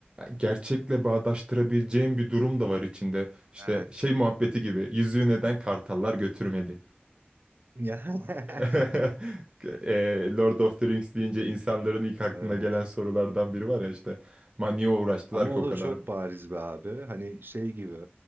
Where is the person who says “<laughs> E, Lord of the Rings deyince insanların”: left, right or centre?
Right